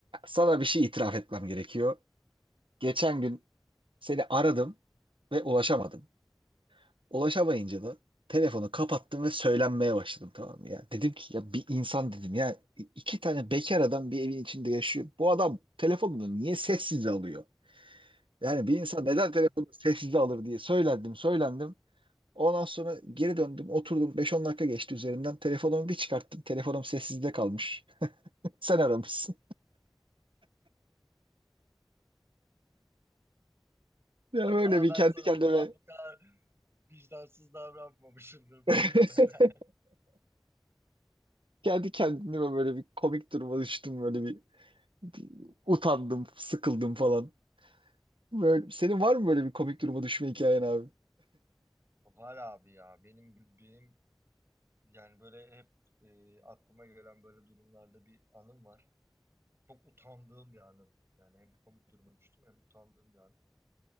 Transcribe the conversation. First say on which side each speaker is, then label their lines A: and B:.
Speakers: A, on the right; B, on the right.
A: Sana bir şey itiraf etmem gerekiyor. Geçen gün seni aradım ve ulaşamadım. Ulaşamayınca da telefonu kapattım ve söylenmeye başladım tamam mı? ya. Dedim ki ya bir insan dedim ya i- iki tane bekar adam
B: <laughs>
A: bir evin içinde yaşıyor. Bu adam telefonunu niye sessize alıyor? Yani bir insan neden telefonunu sessize alır diye söylendim söylendim. Ondan sonra geri döndüm oturdum Beş on dakika geçti üzerinden. Telefonumu bir çıkarttım telefonum sessizde kalmış. <laughs> Sen aramışsın. Ya böyle
B: Ama
A: bir
B: ben
A: kendi
B: sana
A: kendime
B: o zaman bu kadar vicdansız davranmamışımdır muhtemelen.
A: <laughs> Kendi kendime böyle bir komik duruma düştüm böyle bir, bir utandım, sıkıldım falan. Böyle, senin var mı
B: <laughs>
A: böyle bir komik duruma düşme hikayen abi?
B: Var abi ya benim benim yani böyle hep e, aklıma gelen böyle durumlarda bir anım var. Çok utandığım bir anım. Yani hem komik duruma düştüm hem utandığım bir anım.